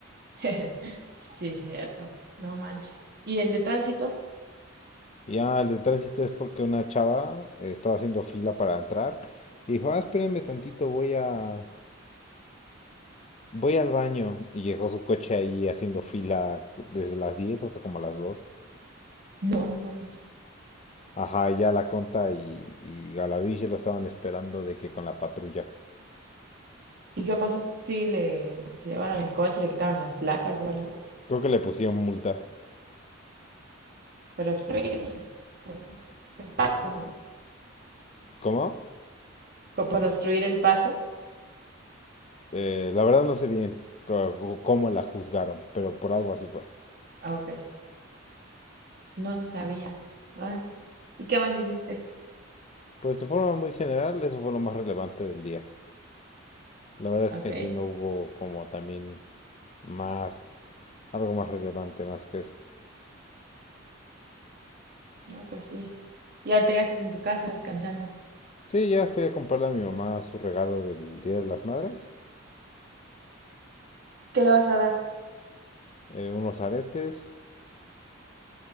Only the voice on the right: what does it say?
<laughs> Sí, es cierto, no manches. ¿Y el de tránsito?
No manches.
¿Y qué pasó? Sí, le se llevaron el coche, le quitaron las placas o algo.
Para obstruir el el paso, ¿no?
Co- Por obstruir el paso.
Ah, ok. No, no sabía. Ah, ¿y qué más hiciste?
Ok.
No, pues sí. Y ahorita ya estás en tu casa descansando.
¿Qué le vas a dar?